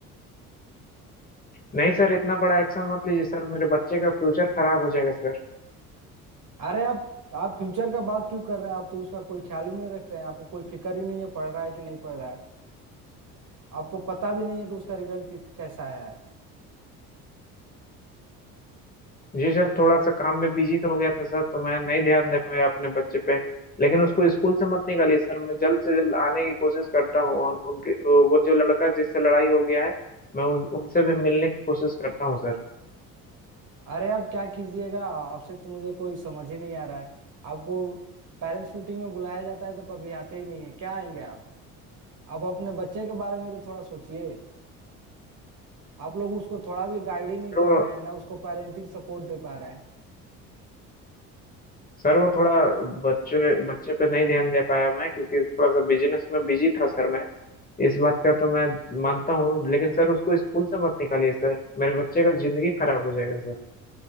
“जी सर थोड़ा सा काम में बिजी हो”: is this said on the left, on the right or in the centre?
Left